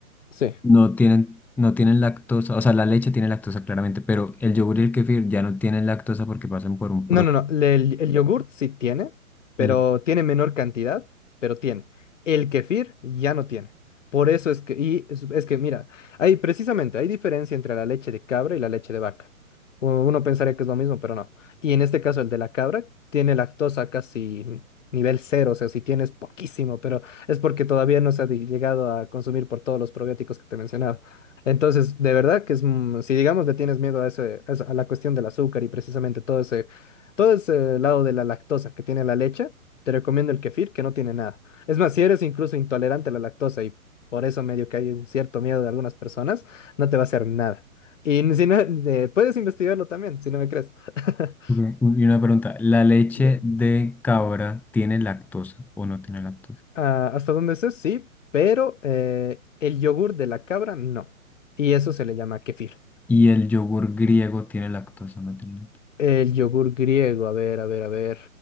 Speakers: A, on the left; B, in the centre.
A: Sí.
B: No tienen, no tienen lactosa, o sea, la leche tiene lactosa claramente, pero el yogur y el kefir ya no tienen lactosa porque pasan por un
A: No,
B: proceso.
A: no, no. le- El, el yogurt sí tiene, pero
B: El-
A: tiene menor cantidad, pero tiene. El kefir ya no tiene. Por eso es que, y es, es que mira, hay precisamente, hay diferencia entre la leche de cabra y la leche de vaca. U- Uno pensaría que es lo mismo, pero no. Y en este caso, el de la cabra tiene lactosa casi n- nivel cero, o sea, si tienes poquísimo, pero es porque todavía no se ha di- llegado a consumir por todos los probióticos que te mencionaba. Entonces, de verdad que es, mm, si digamos le tienes miedo a ese, a esa- a la cuestión del azúcar y precisamente todo ese todo ese lado de la lactosa que tiene la leche, te recomiendo el kefir, que no tiene nada. Es más, si eres incluso intolerante a la lactosa y por eso medio que hay un cierto miedo de algunas personas, no te va a hacer nada. Y si no, eh, puedes investigarlo también, si no me crees. <laughs>
B: ok, un- Y una pregunta, ¿la leche
A: Bien.
B: de cabra tiene lactosa o no tiene lactosa?
A: Ah, ¿hasta dónde sé? Sí, pero eh, el yogur de la cabra no. Y eso se le llama kefir.
B: ¿Y el yogur griego tiene lactosa o no tiene lactosa?
A: El yogur griego, a ver, a ver, a ver.